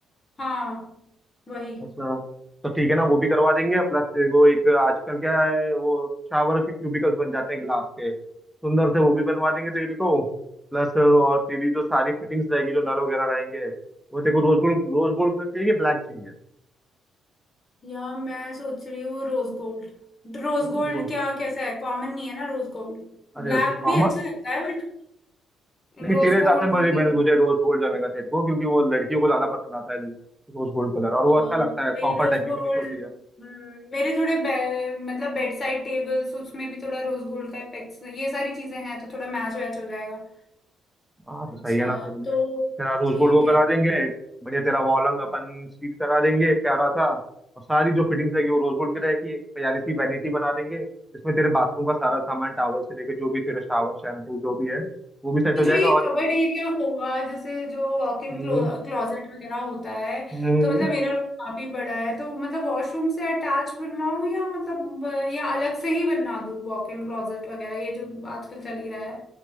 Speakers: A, on the left (about 30°); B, in the centre.
A: हाँ वही
B: अच्छा तो ठीक है ना वो भी करवा देंगे प्लस तेरे को एक आजकल क्या है वो शावर के क्यूबिकल्स बन जाते हैं ग्लास के सुंदर से वो भी बनवा देंगे तेरे को प्लस और तेरी जो सारी फिटिंग्स रहेगी जो नल वगैरह रहेंगे वो तेरे को rose gold rose gold colour चाहिए ब्लैक चाहिए
A: यार मैं सोच रही हूँ रोज गोल्ड रोज
B: Rose
A: गोल्ड
B: gold
A: क्या कैसा है कॉमन नहीं है ना रोज गोल्ड
B: अरे
A: ब्लैक भी
B: आमा
A: अच्छा लगता है बट
B: नहीं
A: रोज
B: तेरे हिसाब
A: गोल्ड
B: से मुझे
A: मुझे-
B: मेरे- मुझे रोज गोल्ड जमेगा तेरे को क्योंकि वो लड़कियों को ज्यादा पसंद आता है रोज गोल्ड कलर और
A: हाँ,
B: वो अच्छा लगता है कॉपर
A: वही रोज
B: टाइप की
A: गोल्ड
B: फिनिश होती है
A: हम्म, मेरे थोड़े बे, मतलब बेड साइड टेबल्स उसमें भी थोड़ा रोज गोल्ड का इफेक्ट्स ये सारी चीजें हैं तो थोड़ा मैच वैच हो जाएगा
B: हाँ तो
A: अच्छा
B: सही है ना तेरे लिए
A: तो
B: तेरा रोज
A: ठीक
B: गोल्ड वो करा
A: है
B: देंगे बढ़िया तेरा वॉलंग अपन स्वीट करा देंगे प्यारा सा और सारी जो फिटिंग्स है वो रोज गोल्ड की रहेगी एक प्यारी सी वैनिटी बना देंगे जिसमें तेरे बाथरूम का सारा सामान टावल से लेके जो भी तेरा शावर शैम्पू जो भी है वो भी सेट
A: तो
B: हो
A: जो
B: जाएगा
A: ये
B: और
A: कबर्ड एरिया होगा जैसे जो वॉक इन
B: हम्म
A: क्लोजेट वगैरह होता है
B: हम्म,
A: तो मतलब मेरा रूम काफी बड़ा है तो मतलब वॉशरूम से अटैच बनवाऊं या मतलब अ, या अलग से ही बनवा दूं वॉक इन क्लोजेट वगैरह ये जो आजकल चल ही रहा है